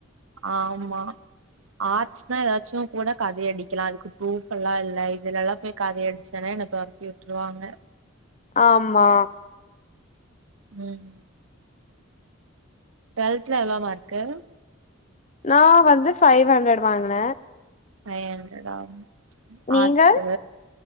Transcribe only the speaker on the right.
ஆமா ஆர்ட்ஸ்னா எதாச்சு கூட கதை அடிக்கலா அதுக்கு ப்ரூஃப் எல்லா இல்ல இதுல எலா போய் கதை அடிச்சன்னா என்ன தொரத்தி விட்ருவாங்க
ம் ட்வல்த்ல எவ்ளோ மார்க்கு
ஃபை ஹண்ட்ரடா
ஆர்ட்ஸு